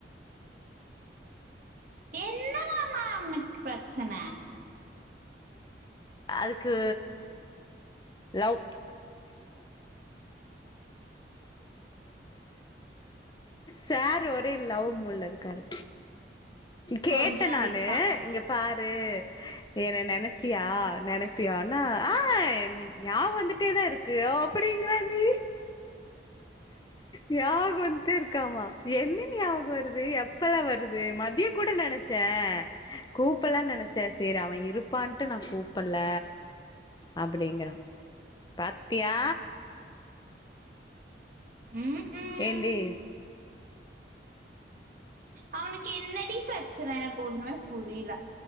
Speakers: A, on the right; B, on the left.
A: என்னவாமா அவனுக்கு பிரச்சன
B: அதுக்கு லவ் சார் ஒரே லவ் மூட்ல இருக்காரு கேட்டன்
A: கொஞ்ச நாளைக்கு
B: நானு
A: தா
B: இங்க பாரு என்ன நெனைச்சியா நெனைப்பியானா ஆ ஞாப வந்துட்டே தா இருக்கு அப்படிங்கிறான்டி ஞாபக வந்துட்டு இருக்காமா என்ன ஞாபகோ வருது எப்பலா வருது மதிய கூட நெனச் ச கூப்பல்லானு நெனைச்சே சரி அவன் இருப்பான்ட்டு நா கூப்பல்ல அப்படிங்கறான் பாத்தியா
A: ம் ம்
B: ஏன்டி
A: அவனுக்கு என்னடி பிரச்சன எனக்கு ஒண்ணுமே புரியல